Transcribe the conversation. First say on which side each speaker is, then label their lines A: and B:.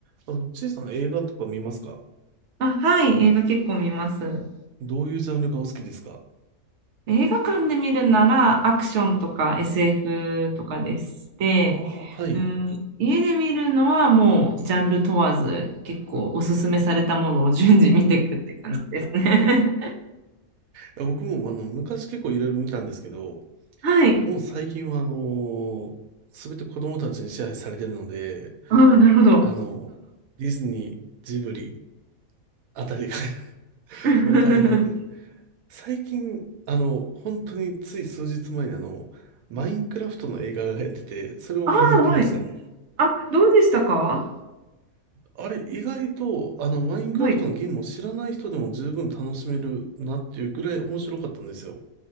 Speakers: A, on the right; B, on the right.
A: あの、ちいさん映画とか見ますか
B: あ、はい、映画結構見ます。
A: どういうジャンルがお好きですか
B: 映画館で見るならアクションとか SF とかでして、
A: ああー、はい。
B: うん、
A: い
B: 家で見るのはもうジャンル問わず結構おすすめされたものを順次見ていくって感じですね。
A: や僕もあの、昔結構いろいろ見たんですけど、
B: <laughs> はい。
A: もう最近はあのすべて子供たちに支配されてるので、
B: ああ、なるほど。
A: あの、ディズニー、ジブリあたりが <laughs>
B: <laughs>
A: もう大半で、最近、あの、本当につい数日前にあの、マインクラフトの映画がやってて、それを見に行きましたね。
B: ああ、はい。あ、どうでしたか
A: あれ、意外と、あの、マインクラフトのゲームを知らない人でも十分楽しめるなっていうぐらい面白かったんですよ。
B: はい。